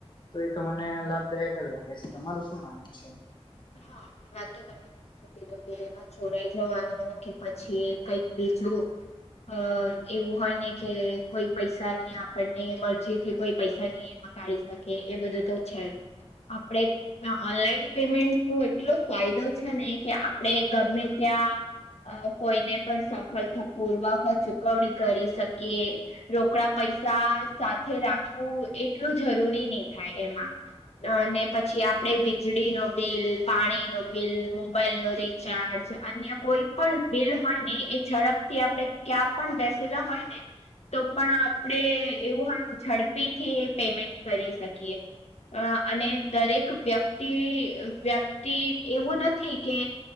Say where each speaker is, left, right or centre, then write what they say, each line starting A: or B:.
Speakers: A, on the left (about 45°); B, on the left (about 75°).
A: તો એ તો મને લાભદાયક જ લાગે છે તમારું શું માનવું છે
B: હા એ વાત તો તમે સાચું કીધું કે એમાં ચોરાઈ જવાનું કે પછી કઈક બીજું અ એવું હોય ને કે કોઈ પૈસા ની આપણને મરજી થી કોઈ પૈસા ની કાઢી શકે એ બધું તો છે આપણે ઓનલાઈન પેમેન્ટ તો એટલો ફાયદો છે ને કે આપડે ગમે ત્યાં અ કોઈને પણ સફળતાપૂર્વક ચૂકવણી કરી શકીએ રોકડા પૈસા સાથે રાખવું એટલું જરૂરી નહી થાય એમાં અને પછી આપડે વીજળી નો બિલ પાણી નો બિલ મોબાઈલ નો રિચાર્જ અન્ય કોઈ પણ બિલ હોય ને એ ઝડપ થી આપણેે ક્યાં પણ બેસેલા હોય ને તો પણ આપડે એવું હોયે ને ઝડપી થી પેમેન્ટ કરી શકીએ અ અને દરેક વ્યક્તિ વ્યક્તિ એવું નથી કે